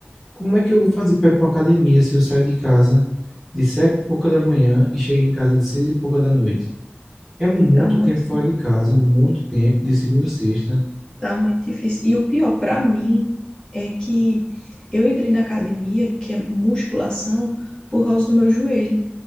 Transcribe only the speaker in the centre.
como é que eu vou fazer para ir pra uma academia se eu saio de casa de sete e pouca da manhã e chego em casa de seis e pouca da noite? É muito
tempo fora de casa, muito tempo, de segunda a sexta.